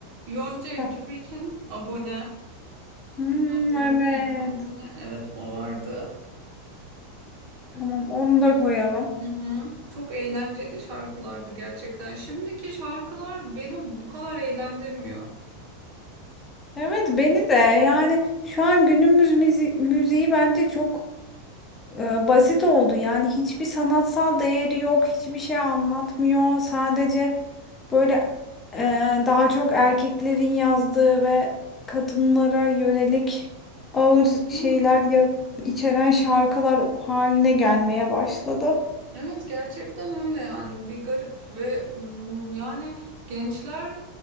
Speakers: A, on the right; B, on the left.
A: Yonca Evcimik'in
B: Heh.
A: abone.
B: Hmm,
A: Aboneyim,
B: evet.
A: abone. Evet, o vardı.
B: Tamam onu da koyalım.
A: Hı hı. Çok eğlenceli şarkılardı gerçekten. Şimdiki şarkılar beni bu kadar eğlendirmiyor.
B: Evet beni de yani şu an günümüz müzi müziği bence çok e, basit oldu. Yani hiçbir sanatsal değeri yok, hiçbir şey anlatmıyor. Sadece böyle e, daha çok erkeklerin yazdığı ve kadınlara yönelik ağır
A: Değil
B: şeyler
A: mi?
B: ya- içeren şarkılar haline gelmeye başladı.
A: Evet, gerçekten öyle yani bir garip ve mm, yani gençler